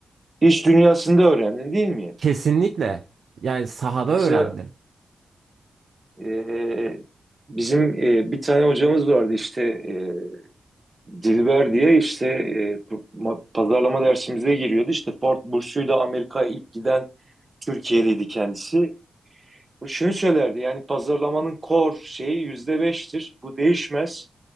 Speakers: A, on the right; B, on the right.
A: İş dünyasında öğrendin değil mi?
B: Kesinlikle. Yani sahada
A: Mesela
B: öğrendim.
A: e, bizim e, bir tane hocamız vardı işte e, Dilber diye işte e, ma- pazarlama dersimize giriyordu. İşte Ford bursuyla Amerika ilk giden Türkiye'liydi kendisi. O şunu söylerdi yani pazarlamanın core şeyi yüzde beştir. Bu değişmez.